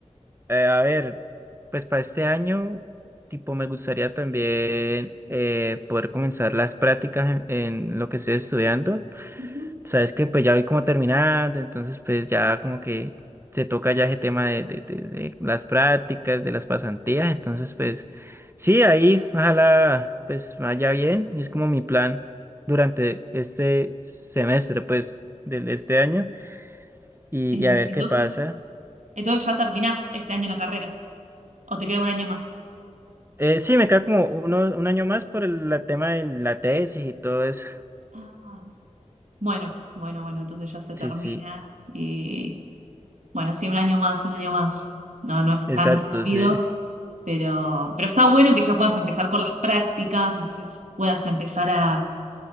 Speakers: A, on the right (about 20°); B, on the right (about 75°).
A: Eh, a ver, pues para este año, tipo, me gustaría también eh, poder comenzar las prácticas en, en lo que estoy estudiando.
B: Ujú.
A: Sabes que pues ya voy como terminando, entonces pues ya como que se toca ya ese tema de, de, de- de las prácticas, de las pasantías. Entonces pues sí, ahí ojalá pues vaya bien y es como mi plan durante este semestre pues de de este año. y,
B: Eh,
A: y a ver
B: entonces,
A: qué pasa.
B: entonces ya terminás este año la carrera. ¿O te queda un año más?
A: Eh, sí, me queda como uno, un año más por el la tema de la tesis y todo eso.
B: Ah. Bueno, bueno, bueno, entonces ya se
A: Sí,
B: termina.
A: sí,
B: y Bueno, sí, un año más, un año más. No, no es
A: exacto,
B: tan rápido,
A: sí.
B: pero, pero está bueno que ya puedas empezar con las prácticas, entonces puedas empezar a,